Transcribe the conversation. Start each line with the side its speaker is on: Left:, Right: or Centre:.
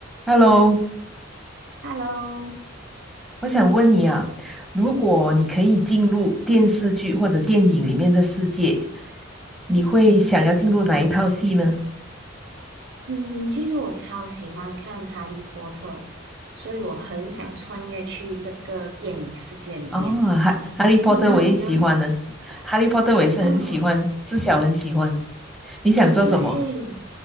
Centre: Hello，
Right: Hello，
Centre: 我想问你啊，如果你可以进入电视剧或者电影里面的世界，你会想要进入哪一套戏呢？
Right: 嗯，其实我超喜欢看《哈利波特》，所以我很想穿越去这个电影世界里面。
Centre: 哦，哈《哈利波特》我也喜欢呢，
Right: 你呢？你呢？
Centre: 《哈利波特》我也是很喜欢，
Right: 嗯，
Centre: 自小很喜欢。你想做什么？
Right: 对，